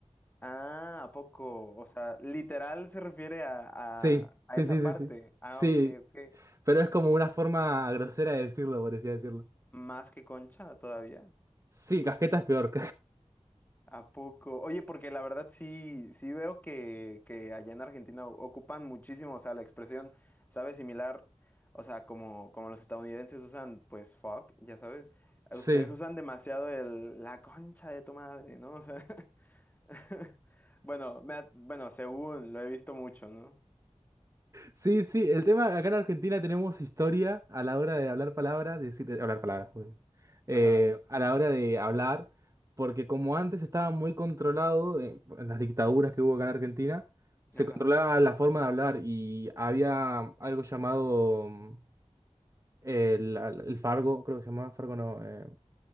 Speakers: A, on the left (about 15°); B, on the right (about 25°).
A: Ah, ¿a poco? O sea, literal se refiere a,
B: Sí,
A: a, a
B: sí,
A: esa
B: sí, sí,
A: parte.
B: sí.
A: Ah,
B: Sí.
A: ok, ok.
B: Pero es como una forma grosera de decirlo, por así decirlo.
A: Más que concha todavía.
B: Sí, cajeta es peor.
A: ¿A poco? Oye, porque la verdad sí, sí veo que, que allá en Argentina o- ocupan muchísimo, o sea, la expresión, ¿sabes? Similar, o sea, como, como los estadounidenses usan, pues, fuck, ya sabes.
B: <laughs>
A: Ustedes usan
B: Sí.
A: demasiado el, la concha de tu madre, ¿no? O sea. <laughs> <laughs> Bueno, me ha- bueno, según lo he visto mucho, ¿no?
B: Sí, sí, el tema, acá en Argentina tenemos historia a la hora de hablar palabras, de decir, de hablar palabras, joder. Eh,
A: Ajá,
B: a la hora de hablar, porque como antes estaba muy controlado, eh, en las dictaduras que hubo acá en Argentina, se
A: ajá,
B: controlaba la forma de hablar y había algo llamado mm, el, el fargo, creo que se llamaba fargo, no. eh,